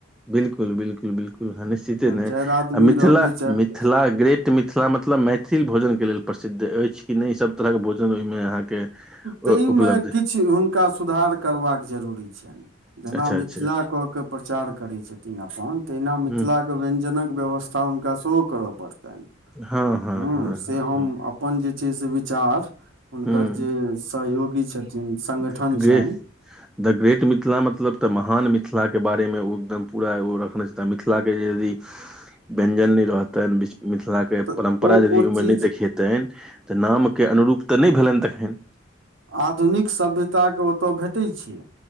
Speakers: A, in the centre; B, on the right.
A: बिलकुल बिलकुल बिलकुल हँ निश्चिते ने
B: चारि आदमी
A: आ मिथिला
B: रहबै चारि
A: मिथिला ग्रेट तऽ मिथिला मतलब मैथिल भोजनके लेल प्रसिद्ध अछि कि नहि ई सभ तरहके भोजन ओहिमे अहाँके अ,
B: ताहिमे
A: उपलब्ध अछि
B: किछु हुनका सुधार करबाक जरूरी छनि जेना
A: अच्छा
B: मिथिला
A: अच्छा
B: कऽ के प्रचार करैत छथिन अपन तहिना मिथिला
A: हँ
B: के वयंज्जनक व्यवस्था हुनका सेहो करय परतैन
A: हँ हँ
B: हूंम्म
A: हँ
B: से हम
A: हँ
B: अप पन जे छै से विचार हुनकर
A: हँ
B: जे सहयोगी छथिन संगठन
A: कियाकि
B: छनि
A: द ग्रेट मिथिला मतलब तऽ महान मिथिला के बारे मे ओ एकदम पूरा ओ रखने तऽ मिथिला के यदि व्यंजन नहि रहतनि मिथिलाके
B: तऽ
A: परम्परा
B: ओ
A: यदि
B: ओ
A: ओहिमे
B: चीज
A: नहि देखेतनि तऽ नामके अनुरूप तऽ नहि भेलनि तखैन
B: आधुनिक सभ्यताकेँ ओतय भेटैत छै